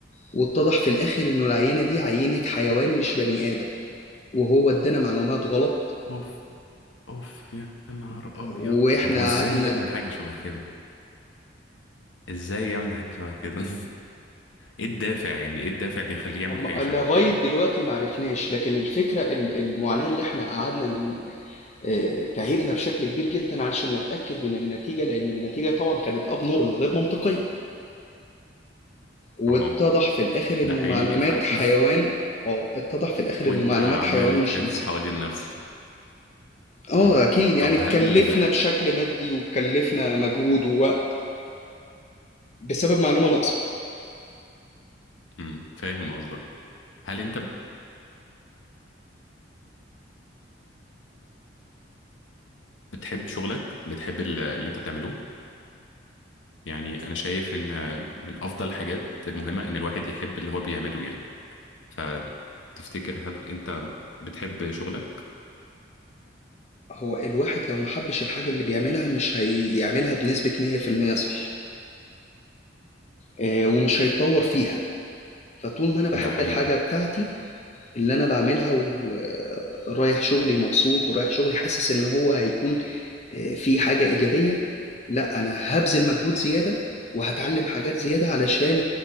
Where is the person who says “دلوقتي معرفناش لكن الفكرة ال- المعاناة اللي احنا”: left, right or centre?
Left